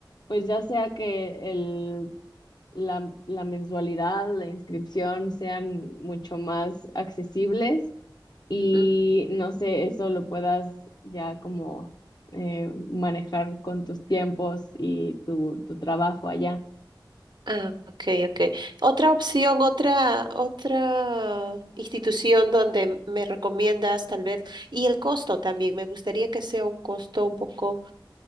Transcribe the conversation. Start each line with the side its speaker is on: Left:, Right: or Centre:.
Left: pues ya sea que el, la, la mensualidad, la inscripción sean mucho más accesibles y
Right: Ujú.
Left: no sé, eso lo puedas ya como eh, manejar con tus tiempos y tu, tu trabajo allá.
Right: Ah, ok, ok. Otra opción, otra, otra institución donde me recomiendas tal vez, y el costo también, me gustaría que sea un costo un poco,